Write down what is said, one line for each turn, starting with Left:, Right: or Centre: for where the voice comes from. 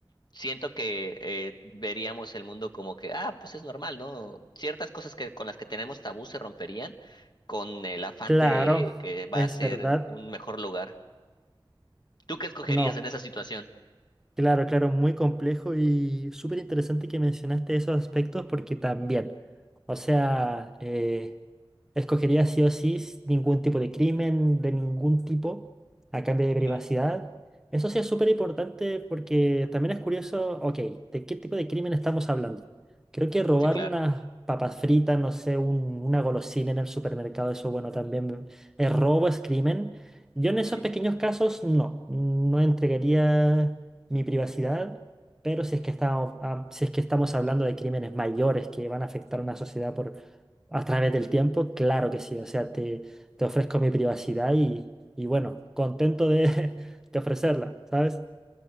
Left: siento que eh, veríamos el mundo como que, ah, pues es normal, ¿no? Ciertas cosas que con las que tenemos tabú se romperían con el afán
Centre: claro,
Left: de que va
Centre: es
Left: a ser
Centre: verdad.
Left: un mejor lugar. ¿Tú qué escogerías
Centre: No.
Left: en esa situación?
Centre: Claro, claro, muy complejo y súper interesante que mencionaste esos aspectos porque también, o sea, eh, escogería sí o sí s- ningún tipo de crimen, de ningún tipo, a cambio de privacidad.
Left: Ujú,
Centre: Eso sí es súper importante porque también es curioso, ok, ¿de qué tipo de crimen estamos hablando? Creo que robar
Left: Sí, claro.
Centre: unas papas fritas, no sé, un- una golosina en el supermercado, eso bueno, también es robo, es crimen. Yo en esos
Left: Sí.
Centre: pequeños casos no, no entregaría mi privacidad, pero si es que estamos, ah, si es que estamos hablando de crímenes mayores que van a afectar a una sociedad por, a través del tiempo, claro que sí, o sea, te, te ofrezco mi privacidad y, y bueno, contento de, <laughs> de ofrecerla, ¿sabes?